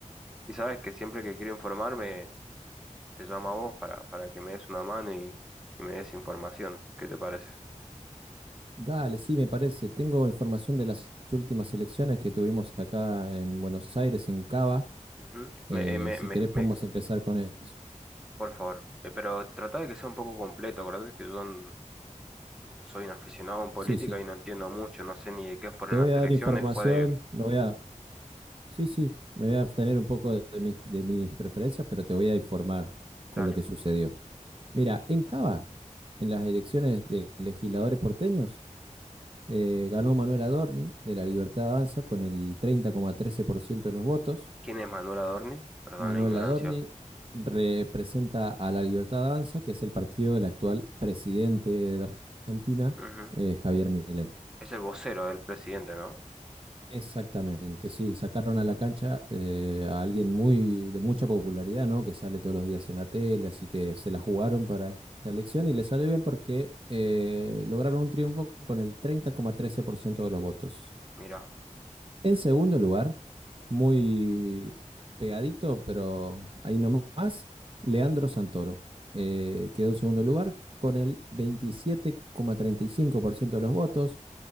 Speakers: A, in the centre; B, on the right.
A: y sabes que siempre que quiero informarme te llamo a vos para, para que me des una mano y, y me des información. ¿Qué te parece?
B: Dale, sí, me parece. Tengo información de las últimas elecciones que tuvimos acá en Buenos Aires, en Cava.
A: Ujú.
B: Eh,
A: Me, eh, me-
B: si
A: me-
B: querés, podemos
A: me-
B: empezar con eso.
A: por favor, Eh, pero trata de que sea un poco completo. Acordate que yo mm, soy un aficionado en política
B: Sí, sí.
A: y no entiendo mucho, no sé ni de qué fueron
B: Te voy
A: las
B: a
A: elecciones,
B: dar información,
A: fue de,
B: me voy a... Sí, sí, me voy a abstener un poco de mis, de mis preferencias, pero te voy a informar con
A: dale,
B: lo que sucedió. Mira, en Cava, en las elecciones de legisladores porteños, Eh, ganó Manuel Adorni de La Libertad Avanza con el 30,13% de los votos.
A: ¿quién es Manuel Adorni? Perdón
B: Manuel
A: la ignorancia.
B: Adorni representa a La Libertad Avanza, que es el partido del actual presidente de Argentina,
A: Ujú.
B: eh, Javier Milei.
A: Es el vocero del presidente, ¿no?
B: Exactamente, sí, sacaron a la cancha eh, a alguien muy de mucha popularidad, ¿no? Que sale todos los días en la tele, así que se la jugaron para esta elección y le sale bien porque eh, lograron un triunfo con el 30,13% de los votos.
A: Mira,
B: En segundo lugar, muy pegadito, pero ahí nomás, Leandro Santoro. eh, quedó en segundo lugar con el veintisiete coma treinta y cinco por ciento de los votos.